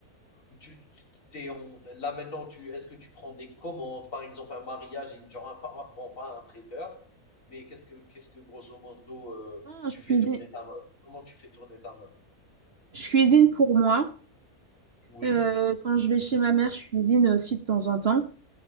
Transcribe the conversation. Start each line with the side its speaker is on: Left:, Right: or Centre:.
Left: ou tu tu tu es là maintenant tu est-ce que tu prends des commandes? Par exemple, un mariage et genre un pas bon, pas un traiteur, mais qu'est-ce que qu'est-ce que grosso modo, heu,
Right: Non,
Left: tu
Right: je
Left: fais
Right: cuisine,
Left: tourner ta main? Comment tu fais tourner ta main?
Right: je cuisine pour moi.
Left: Oui,
Right: Euh, quand je vais chez ma mère, je cuisine aussi de temps en temps.